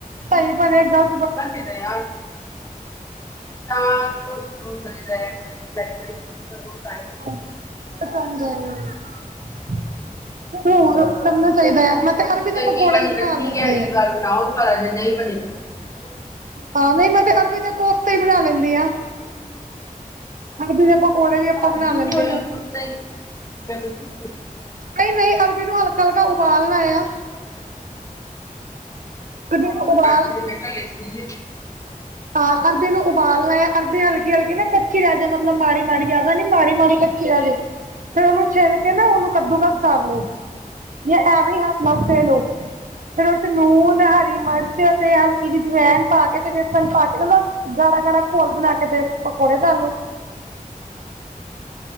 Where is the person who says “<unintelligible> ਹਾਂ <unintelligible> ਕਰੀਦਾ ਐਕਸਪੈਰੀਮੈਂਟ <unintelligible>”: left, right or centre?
Left